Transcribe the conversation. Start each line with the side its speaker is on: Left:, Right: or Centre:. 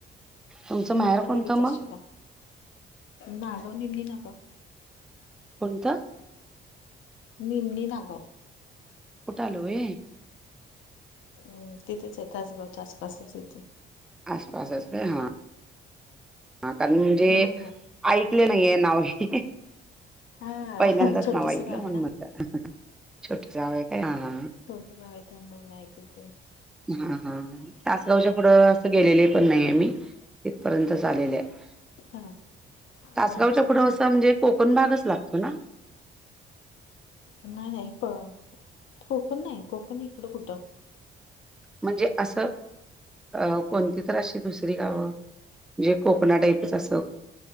Centre: तुमचं
Left: तुम्ही
Centre: माहेर
Left: हिथं
Centre: कोणतं
Left: तिघीच असशीला.
Centre: मग
Left: नाय दोन्हीनी नाका
Centre: कोणतं?
Left: निमीनी नागव.
Centre: कुठं आलं हो हे
Left: अम तिथेच आहे तासगावच्या आसपासच येतयं.
Centre: आसपास असतयं हा कारण म्हणजे
Left: हा
Centre: ऐकले ना- ये नाव हे.
Left: हा
Centre: पहिल्यांदाच
Left: छोटस
Centre: नाव ऐकलं
Left: गाव आहे
Centre: म्हणून
Left: ना
Centre: मणलं छोट गाव आहे काय हा हा
Left: छोटं गाव हाय त्यामुळे नाही काय कळत.
Centre: हा हा तासगावच्या पुढं असं गेलेले पण नाही मी तिथपर्यंत आलेले हाय.
Left: हा हा
Centre: तासगावच्या
Left: अच्छा
Centre: पुढं
Left: अच्छा
Centre: असं म्हणजे कोकण भागच लागतो ना.
Left: नाही नाही हिथं कोकण नाही कोकण इकडं कुठं.
Centre: म्हणजे असं अ कोणती तर अशी दुसरी गावं. म्हणजे कोकणा टाईपच असं.